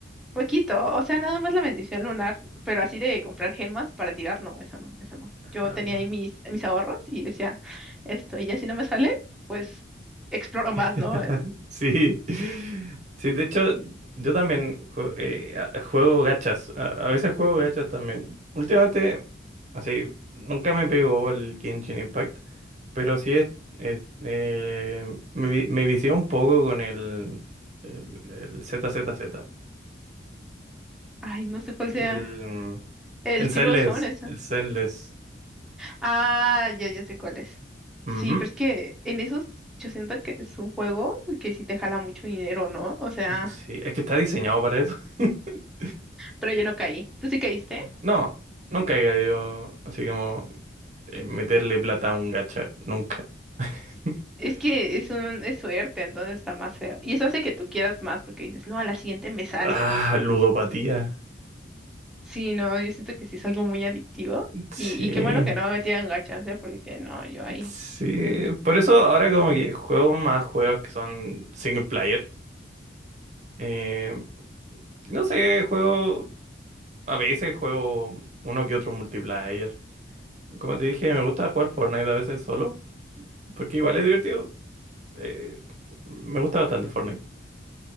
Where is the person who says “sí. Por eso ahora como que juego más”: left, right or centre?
Right